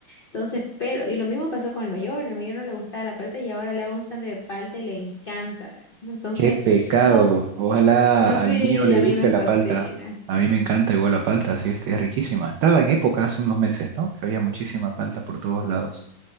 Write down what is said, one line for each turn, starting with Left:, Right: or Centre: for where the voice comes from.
Left: Entonces, pero, y lo mismo pasó con el mayor, el mayor no le gustaba la palta y ahora le hago un sándwich de palta y le encanta. Entonces,
Right: Qué pecado.
Left: son,
Right: Ojalá
Left: sí,
Right: al mío le
Left: a
Right: guste
Left: mí me fascina.
Right: la palta. A mí me encanta igual la palta, sí, este, es riquísima. Estaba en época hace unos meses, ¿no? Que había muchísima palta por todos lados.